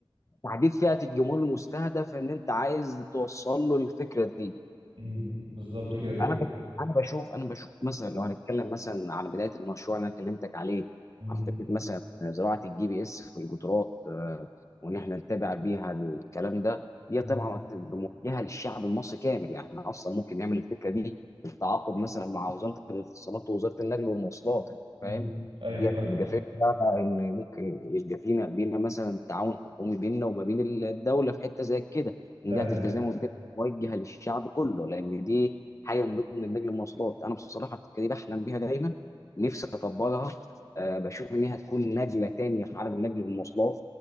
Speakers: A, on the left (about 35°); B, on the right (about 75°).
A: تحديد فئة الجمهور المستهدف ان انت عايز توصل له الفكرة دي
B: امم بالظبط كده
A: انا بش... انا بشوف انا بشوف مثلا لو هنتكلم مثلا على بدايه المشروع اللي انا كلمتك عليه
B: امم
A: عن فكره مثلا زراعه الجي بي اس في القطارات آه، وان احنا نتابع بيها الكلام ده دي
B: امم
A: طبعا هتبقى موجهه للشعب المصري كامل يعني احنا اصلا ممكن نعمل الفكره دي بالتعاقد مثلا مع وزاره الاتصالات ووزاره النقل والمواصلات انت
B: امم
A: فاهم
B: ايوه
A: دي
B: فعلا
A: هتبقى فكره ان ممكن يبقى فينا بينا مثلا تعاون حكومي بيننا وما بين الدوله في حته زي كده ان
B: فعلا
A: دي هتبقى زي ما قلت لك موجهه للشعب كله لان دي حاجه من ضمن النقل المواصلات انا بصراحه الفكره دي بحلم بيها دايما نفسي اطبقها أه بشوف ان هي هتكون نقله تانيه في عالم النقل المواصلات